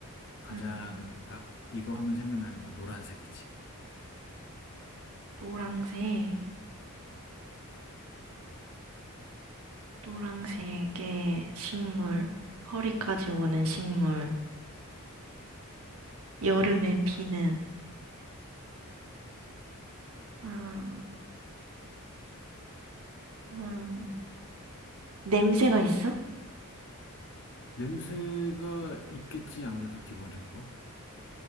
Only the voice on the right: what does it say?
음,
노랑색,
노랑색의 식물, 허리까지 오는 식물, 여름에 피는. 아, 음, 냄새가 있어?